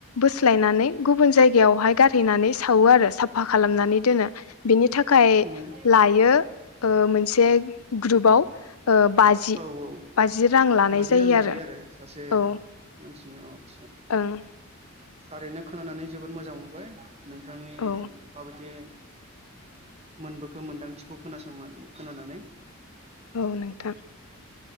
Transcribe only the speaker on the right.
उम
औ औ
बाजि
रां लायो आरो सासे
मानसिनि आव आस्सा
थारैनो खोनानानै जोबोद मोजां मोनबाय नोंथांनि
माबायदि मोनबोखो मोनदांथिखौ खोनासं खोनानानै